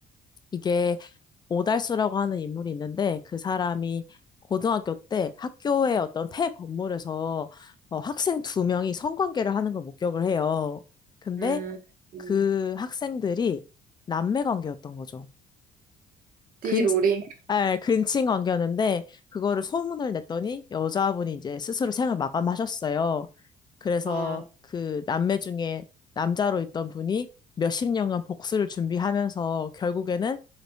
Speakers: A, on the left; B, on the right.
A: 이게 오달수라고 하는 인물이 있는데, 그 사람이 고등학교 때 학교의 어떤 폐 건물에서 어, 학생 두 명이 성관계를 하는 걸 목격을 해요. 근데
B: 음. 음.
A: 그 학생들이 남매 관계였던 거죠. 근,
B: 띠로리.
A: 아, 근친 관계였는데 그거를 소문을 냈더니 여자분이 이제 스스로 생을 마감하셨어요. 그래서
B: 아,
A: 그 남매 중에 남자로 있던 분이 몇십 년간 복수를 준비하면서 결국에는